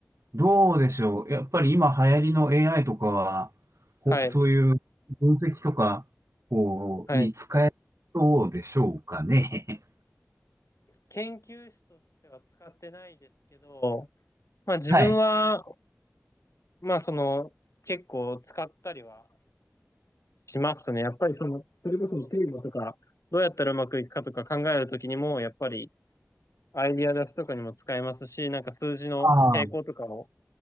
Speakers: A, on the right (about 75°); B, on the left (about 85°).
A: どうでしょう。やっぱり今流行りの AI とかは、ほそういう分析とか、
B: はい。
A: こう、
B: はい。
A: に使えそうでしょうかね。
B: 研究室としては使ってないですけど、まあ自分は、
A: <laughs> はい。
B: まあその、結構使ったりはしますね。やっぱりその、それこそテーマとか、どうやったらうまくいくかとか考えるときにも、やっぱりアイディア出すとかにも使えますし、なんか数字の傾向とかを
A: ああ、